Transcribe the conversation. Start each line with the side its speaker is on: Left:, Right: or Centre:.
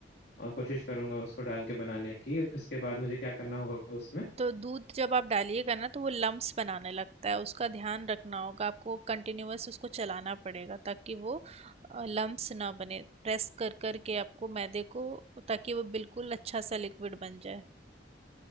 Left: और कोशिश करूंगा उसको डाल के बनाने की उसके बाद मुझे क्या करना होगा उसमें
Right: तो दूध जब आप डालिएगा ना तो वो लम्प्स बनाने लगता है उसका ध्यान रखना होगा आपको कंटिन्यूअस उसको चलाना पड़ेगा ताकि वो लम्प्स ना बने प्रेस कर कर के आपको मैदे को ताकि वो बिल्कुल अच्छा सा लिक्विड बन जाए